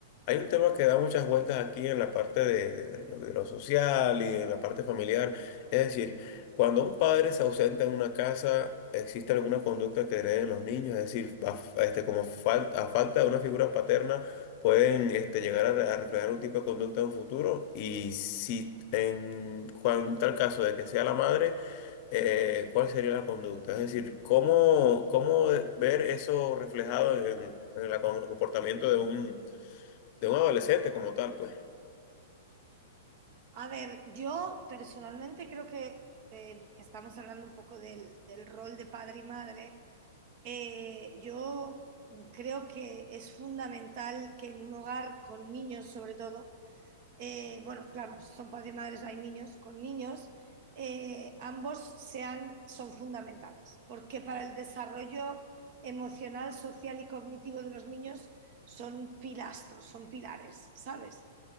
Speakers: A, on the left (about 45°); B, on the right (about 50°).
A: Hay un tema que da muchas vueltas aquí en la parte de, de- de lo, de lo social y en la parte familiar. Es decir, cuando un padre se ausenta en una casa, ¿existe alguna conducta que hereden los niños? Es decir, a, f- este, como falta, a falta de una figura paterna, pueden este, llegar a, re- a reflejar un tipo de conducta en un futuro. Y si en cuan- tal caso de que sea la madre, eh, ¿cuál sería la conducta? Es decir, ¿cómo, cómo ver eso reflejado en, en el comportamiento de un de un adolescente como tal, pues.
B: A ver, yo personalmente creo que, eh, que estamos hablando un poco del, del rol de padre y madre. Eh, yo creo que es fundamental que en un hogar con niños, sobre todo, eh, bueno, claro, si son padres y madres, hay niños con niños, eh, ambos sean, son fundamentales, porque para el desarrollo emocional, social y cognitivo de los niños son pilastros, son pilares, ¿sabes?